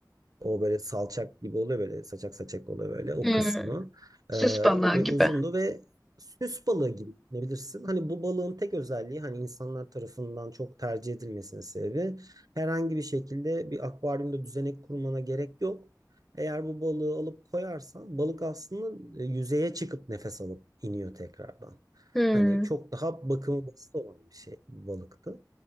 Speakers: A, on the right; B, in the centre.
A: o böyle salçak gibi oluyor böyle saçak saçak oluyor böyle o
B: Hmm.
A: kısmı.
B: Süs
A: Ee,
B: balığı
A: ve
B: gibi.
A: uzundu ve süs balığı gibi düşünebilirsin. Hani bu balığın tek özelliği hani insanlar tarafından çok tercih edilmesinin sebebi herhangi bir şekilde bir akvaryumda düzenek kurmana gerek yok. Eğer bu balığı alıp koyarsan balık aslında e, yüzeye çıkıp nefes alıp iniyor tekrardan.
B: Hı.
A: Hani çok daha bakımı basit olan bir şey bir balıktı.